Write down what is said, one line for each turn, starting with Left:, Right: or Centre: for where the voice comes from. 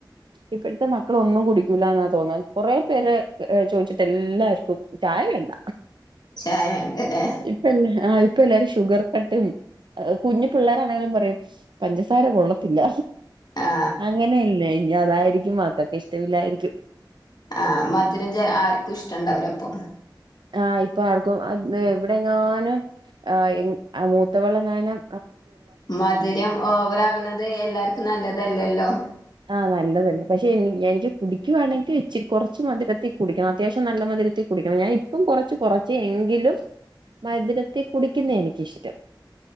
Right: ഇപ്പഴ്ത്തെ മക്കളൊന്നും കുടിക്കൂല ന്നാ തോന്നുന്നേ കൊറേ പേരെ ചോയ്ച്ചിട്ട് എല്ലാർക്കും ചായ വേണ്ട
Left: ചായ ണ്ടല്ലേ
Right: ഇപ്പ എല്ലാ ആ ഇപ്പ ഷുഗർ കട്ട് കുഞ്ഞിപ്പിള്ളാരാണേലും പറയും പഞ്ചസാര കൊള്ളത്തില്ല
Left: ആ
Right: അങ്ങനെയല്ലേ ഇനി അതായിരിക്കും മക്കക്ക്‌ ഇഷ്ട്ടിലായിരിക്കും
Left: ആ മധുരം ചെ ആർക്കും ഇഷ്ട്ടുണ്ടാവില്ല അപ്പോ
Right: ആ ഇപ്പോ ആർക്കോ ഇവിടെങ്ങാന് ഏഹ് അ മൂത്തവളെ നാനും
Left: മധുരം ഓവർ ആകുന്നത് എല്ലാർക്കും നല്ലതല്ലല്ലോ
Right: ആഹ് നല്ലതല്ലേ പക്ഷെ എനിക്ക് കുടിക്കുവാണെങ്കിൽ ഇച്ചിരി കുറച്ചു മധുരത്തിൽ കുടിക്കണം അത്യാവശ്യം നല്ല മധുരത്തിൽ കുടിക്കണം ഞാൻ ഇപ്പോ കൊറച്ച് കൊറച്ചു എങ്കിലും മധുരത്തിൽ കുടിക്കുന്നയാ എനിക്കിഷ്ടം